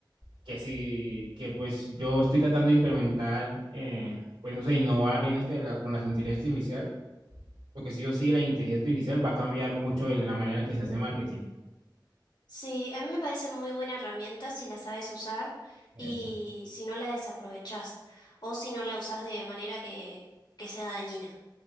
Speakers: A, on the right; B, on the left.
A: que si, que pues yo estoy tratando de implementar, eh, pues no sé, innovar en este, la- con la inteligencia artificial, porque sí o sí la inteligencia artificial va a cambiar mucho el- la manera en que se hace marketing.
B: Sí, a mí me parece muy buena herramienta si la sabes usar
A: Eso.
B: y si no la desaprovechás o si no la usás de manera que, que sea dañina.